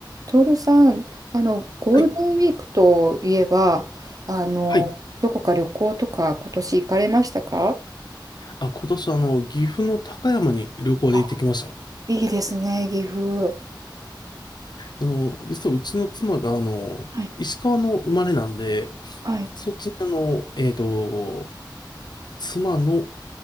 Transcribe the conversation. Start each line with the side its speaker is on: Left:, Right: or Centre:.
Right: トールさん、あの、ゴールデンウィークといえば、
Left: はい。
Right: あの、
Left: はい。
Right: どこか旅行とか今年行かれましたか
Left: あ、今年、あの、岐阜の高山に旅行で行ってきました。
Right: あ、いいですね、岐阜。
Left: あの、実はうちの妻が、あの、
Right: はい、
Left: 石川の生まれなんで、
Right: はい、
Left: そっちに、あの、えっと、妻の